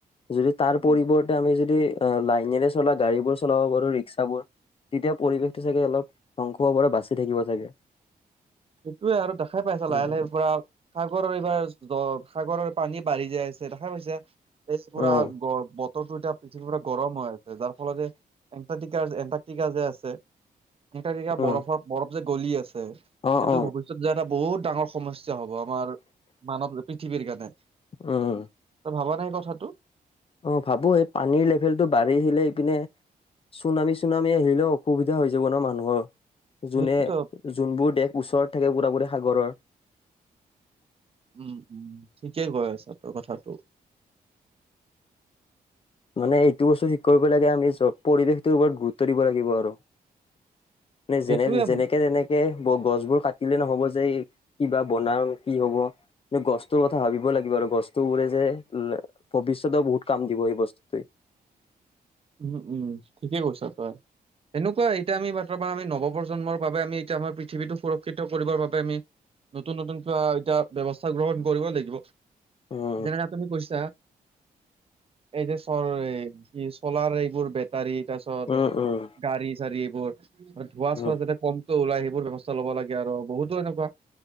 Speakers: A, on the left; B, on the right.
A: যদি তাৰ
B: উম,
A: পৰিৱৰ্তে আমি যদি যদি লাইনেৰে চলা গাড়ী বোৰ চলাব পাৰো ৰিক্সাবোৰ তেতিয়া পৰিৱেশটো চাগে অলপ ধ্বংস হবৰে বাচি থাকিব চাগে
B: সেইটোয়ে আৰু দেখাই পাইছা
A: উম,
B: লাহে লাহে পুৰা- সাগৰৰ এইবাৰ সাগৰৰ পানী বাঢ়ি যাই আছে দেখা পাইছে। এই পুৰা
A: উম,
B: গ বতৰটো এতিয়া পৃথিৱীৰ পৰা গৰম হৈ যাৰ ফল এণ্টাৰ্টিকাৰ এণ্টাৰ্টিকা যে আছে এনটাৰ্টিকা
A: উম,
B: বৰফৰ বৰফ যে গলি আছে
A: অ',
B: এইটো
A: অ',
B: ভৱিষ্যয়ত যে এটা বহুত ডাঙৰ সমস্যা হব আমাৰ মানৱ পৃথিৱীৰ কাৰণে ত
A: উম।
B: ভাবা নাই কথাটো
A: অ ভাবো এই পানীৰ লেবেলটো বাঢ়ি আহিলে ইপিনে। চুনামী চুনামি আহিলেও অসুবিধা হৈ যাব ন মানুহৰ যোনে
B: সেইটোতো
A: যোনবোৰ দেশ ওচৰত থাকে পুৰা পুৰি সাগৰৰ
B: উম উম ঠিকে কৈ আছা তই কথাটো
A: মানে এইটো বস্তু ঠিক কৰিব লাগে আমি চ পৰিবেশটোৰ ওপৰত গুৰুত্ব দিব লাগিব আৰু নে
B: সেইটোয়ে
A: যেনে যেনেকে তেনেকে গছবোৰ কাটিলে নহ'ব যে ই কিবা বনাও কি হ'ব। গছটোৰ কথা ভাবিব লাগিব আৰু গছতটো উৰে যে ভৱিষ্যতেও বহুত কাম দিব এই বস্তু টোৱে
B: উম উম ঠিকেই কৈছা তই। সেনেকুৱা এতিয়া আমি বাত আমি নৱ প্ৰজন্মৰ বাবে আমি এতিয়া আমাৰ পৃথিৱীটো সুৰক্ষিত কৰিবৰ বাবে আমি। নতুন নতুন কিবা এতিয়া ব্যৱস্থা গ্ৰহণ কৰিব লাগিব।
A: উম
B: যেনেকা তুমি কৈছা এই যে চৰ এই চলাৰ এইবোৰ বেটাৰী তাৰ পিছত
A: উম উম
B: গাড়ী চাৰি এইবোৰ ধোৱা
A: উম
B: চোৱা যাতে কমকে ওলাই সেইবোৰ ব্যৱস্থা ল'ব লাগে আৰু বহুতো এনেকুৱা